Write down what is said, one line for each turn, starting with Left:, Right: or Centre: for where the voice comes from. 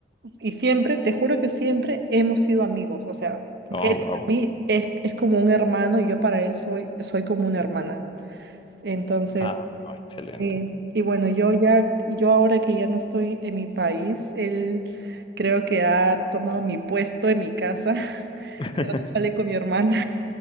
Right: y siempre, te juro que siempre hemos sido amigos, o sea,
Left: Oh,
Right: él para
Left: wow.
Right: mí es, es como un hermano y yo para él soy, soy como una hermana. Entonces,
Left: Ah, no, excelente.
Right: Sí, y bueno, yo ya, yo ahora que ya no estoy en mi país, él creo que ha tomado mi puesto en mi casa <laughs>
Left: <laughs>
Right: y ahora sale con mi hermana.